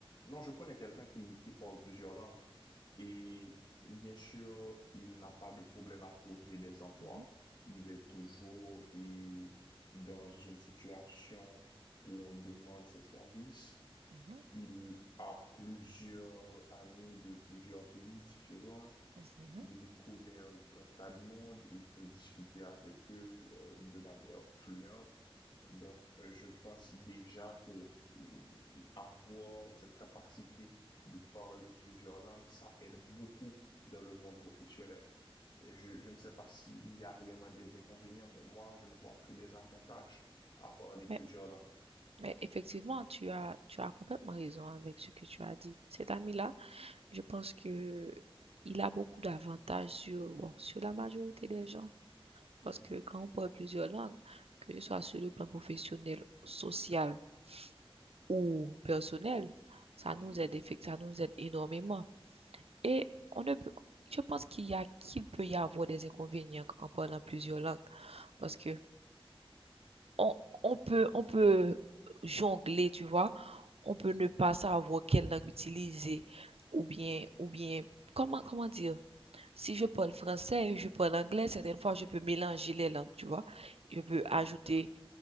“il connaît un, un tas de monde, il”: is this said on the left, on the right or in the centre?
Left